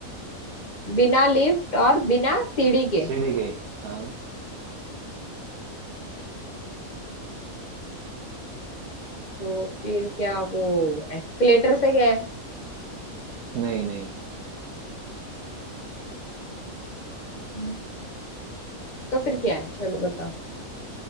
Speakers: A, on the left (about 40°); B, on the right (about 80°).
A: बिना लिफ्ट और बिना सीढ़ी के
B: सीढ़ी के हाँ
A: तो फिर क्या वो एस्केलेटर से गए
B: नहीं नहीं
A: हम्म, तो फिर क्या है चलो बताओ